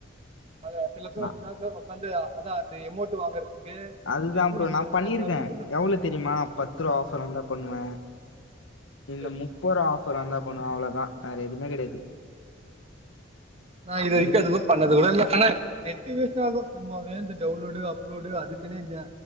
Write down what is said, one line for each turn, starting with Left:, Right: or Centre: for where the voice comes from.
Right: அது இல்ல ஸ்லோவா
Left: நான்
Right: இருக்கு பிளாட்ஃபாமு வந்து அதா அந்த எம்மோட்டு் வாங்கறத்துக்கு
Left: அதுதான்
Right: அந்த இது
Left: ப்ரோ
Right: வாங்கறத்துக்கல்லா
Left: நான் பண்ணியிருக்கேன்
Right: இது பண்ணோ
Left: எவ்வளவு தெரியுமா பத்துருவா ஆஃபர் வந்தா பண்ணுவே இந்த
Right: சரி
Left: முப்பருவா ஆஃப ர் வந்தா பண்ணுவ அவ்ளோதா வேற எதுமே கெடையாதி
Right: நா இது வரிக்கு
Left: இரு
Right: அது மா பண்ணது கூட இல்ல ஆனா நெட்டு் வேஸ்ட்டாகு சும்மாவே இந்த டவுன்லோடு அப்லோடு அதுக்குன்னே இங்க